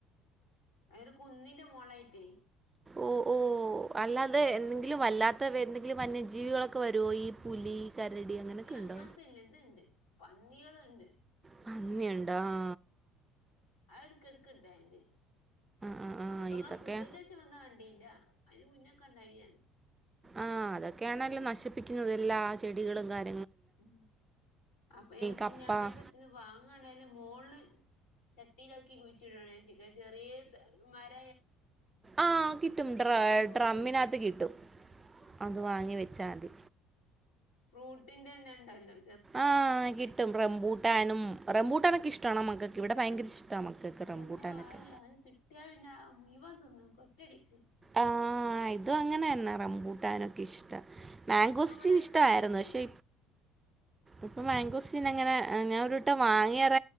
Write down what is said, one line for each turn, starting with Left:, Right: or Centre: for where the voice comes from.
Left: അത ഒരു കുന്നിന്റെ മോളായിട്ടേ....
Right: ഓ ഓ...... അല്ലാതെ എന്തെങ്കിലും വല്ലാത്ത എന്തെങ്കിലും വന്യജീവികളൊക്കെ വരുവോ ഈ പുലി?.... കരടി അങ്ങനെയൊക്കെ
Left: അങ്ങത്തെല്ല
Right: ഉണ്ടോ
Left: ഇത്ണ്ട് പന്നികളുണ്ട്......
Right: പന്നി ഉണ്ടോ ആആ....
Left: എടുക്ക എടുക്ക ഇണ്ടായിണ്ട്
Right: ആഹ് ആഹ്
Left: ഇപ്പ അങ്ങ
Right: ഇതൊക്കെ
Left: കൂടന്റെ വച്ച വന്നാ കണ്ടിയില്ല..... അതിന് മുന്നേക്കെ ഉണ്ടായി....
Right: ആ അതൊക്കെയാണല്ലോ നശിപ്പിക്കുന്നത് എല്ലാ ചെടികളും കാര്യ......
Left: ഉ അപ്പൊ വെച്ച
Right: കപ്പ
Left: അങ്ങനത്തെ വെച്ച വാങ്ങണേലും...... മോള് ചട്ടിയിലാക്കി കുഴിച്ചിടാണ് ചൻ ചെറിയ മര.......
Right: ആഹ് കിട്ടും ഡ്ര
Left: ഫ്രൂട്ട്
Right: ഡ്രമ്മിനകത്ത് കിട്ടും അത് വാങ്ങി വെച്ചാൽ മതി.....
Left: ഫ്രൂട്ടിന്റെ തന്നെ ഉണ്ടല്ലോ......
Right: ആഹ് കിട്ടും റംബൂട്ടാനും റംബൂട്ടാനൊക്കെ ഇഷ്ടണോ മക്കക്ക് ഇവിടെ ഭയങ്കര..... ഇഷ്ടമാണ് മക്കൾക്ക്
Left: എൻ്റെമ്മ
Right: റംബൂട്ടാനൊക്കെ
Left: ആ അത് കിട്ടിയാ പിന്നെ മുവൻ തിന്ന് കൊറ്റടിക്ക്....
Right: ആഹ ഇതും അങ്ങനെ തന്നെ റംമ്പൂട്ടാനൊക്കെ ഇഷ്...... മാഘോസ്റ്റിൻ
Left: ഞങ്ങ ഇവിടെ അടുത്തൊക്കെ
Right: ഇഷ്ടമായിരുന്നു
Left: ഉണ്ട്
Right: പക്ഷെ ഇപ്പൊ മാങ്കോസ്...... പിന്നെ അങ്ങനെ ഞാന ഒരിരുട്ടം വങ്ങിയേറ